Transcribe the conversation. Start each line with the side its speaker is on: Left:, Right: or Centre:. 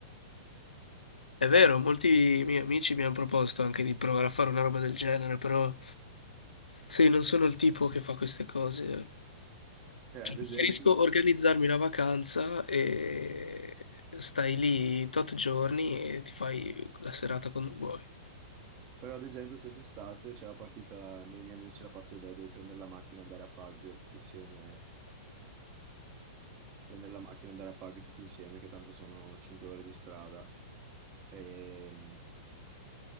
Left: È vero, molti miei amici mi hanno proposto anche di provare a fare una roba del genere, però sì, non sono il tipo che fa queste cose.
Right: Eh, ad
Left: Cioè, preferisco
Right: esempio,
Left: organizzarmi una vacanza e stai lì tot giorni e ti fai la serata quando vuoi.
Right: Però ad esempio quest'estate c'è la partita, me e i miei amici la pazza idea di prendere la macchina e andare a Pag tutti insieme, prendere la macchina e andare a Pag tutti insieme, che tanto sono 5 ore di strada. Ehm,